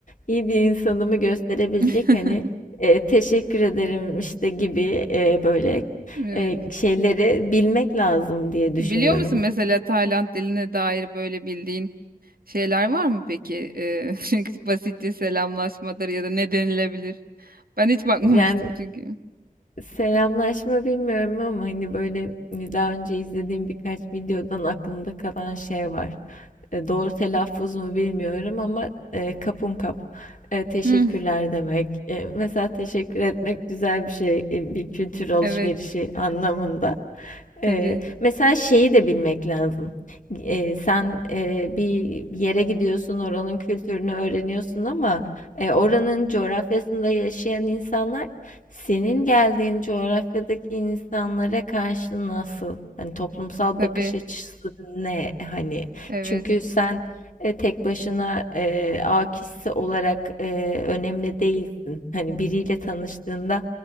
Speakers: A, on the left; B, on the right.
A: iyi bir insanımı gösterebilecek
B: <laughs>
A: hani e, teşekkür ederim işte gibi e, böyle
B: Evet.
A: e, şeyleri bilmek lazım diye düşünüyorum.
B: Biliyor musun mesela Tayland diline dair böyle bildiğin şeyler var mı peki? Ee, <laughs> çünkü basitçe selamlaşmadır ya da ne denilebilir? Ben hiç bakmamıştım
A: Yani
B: çünkü.
A: Selamlaşma bilmiyorum ama hani böyle hani daha önce izlediğim birkaç videodan aklımda kalan şey var. E, doğru telaffuz mu bilmiyorum ama e, kapun kap. E, teşekkürler
B: Hı.
A: demek. E, mesela teşekkür etmek güzel bir şey. e, bir kültür alışverişi
B: Evet.
A: anlamında.
B: Tabii.
A: E, mesela şeyi de bilmek lazım. E, sen e, bir yere gidiyorsun, oranın kültürünü öğreniyorsun ama e, oranın coğrafyasında yaşayan insanlar senin geldiğin coğrafyadaki insanlara karşı nasıl? Hani toplumsal
B: Tabii.
A: bakış açısı ne? Hani
B: Evet.
A: çünkü sen e, tek başına e, A kişisi olarak e, önemli değilsin. Hani biriyle tanıştığında